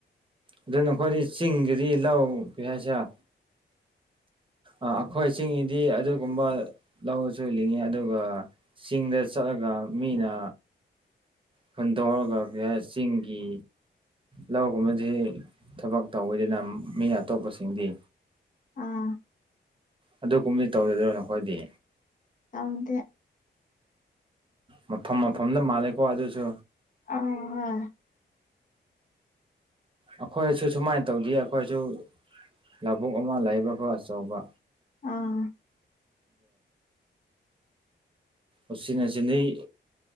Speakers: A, on the right; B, on the left.
A: ꯑꯗꯨ ꯅꯈꯣꯏꯗꯤ ꯆꯤꯡꯒꯤꯗꯤ ꯂꯧ ꯀꯩ ꯍꯥꯏꯁꯔ ꯑꯩꯈꯣꯏ ꯆꯤꯡꯗꯤ ꯑꯗꯨꯒꯨꯝꯕ ꯂꯧꯔꯁꯨ ꯂꯤꯡꯉꯤ ꯑꯗꯨꯒ ꯆꯤꯡꯗ ꯆꯠꯂꯒ ꯃꯤꯅ ꯈꯟꯗꯣꯛꯑꯒ ꯆꯤꯡꯒꯤ ꯂꯧꯒꯨꯝꯕꯕꯁꯤ ꯊꯕꯛ ꯇꯧꯋꯤꯗꯅ ꯃꯤ ꯑꯇꯣꯞꯄꯁꯤꯡꯗꯤ
B: ꯑꯥ
A: ꯑꯗꯨ ꯀꯨꯝꯗꯤ ꯇꯧꯔꯗꯣꯏꯣꯅꯣ ꯑꯩꯈꯣꯏꯗꯤ
B: ꯇꯗꯤ
A: ꯃꯐꯝ ꯃꯐꯝꯗ ꯃꯥꯅꯦꯦꯀꯣ ꯋꯥ ꯑꯗꯨꯁꯨ
B: ꯑ ꯍ
A: ꯑꯩꯈꯣꯏꯁꯨ ꯁꯨꯃꯥꯏꯅ ꯇꯧꯗ ꯑꯩꯈꯣꯏꯁꯨ ꯂꯧꯕꯨꯛ ꯑꯃ ꯂꯩꯕꯀꯣ ꯑꯆꯧꯕ
B: ꯑꯥ
A: ꯑꯗꯣꯅꯆꯗꯩ